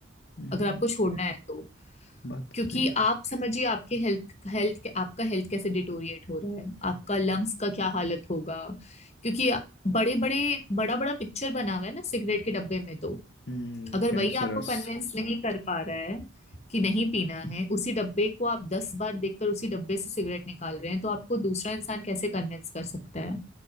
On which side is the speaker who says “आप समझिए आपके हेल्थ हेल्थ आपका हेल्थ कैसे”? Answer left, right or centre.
Left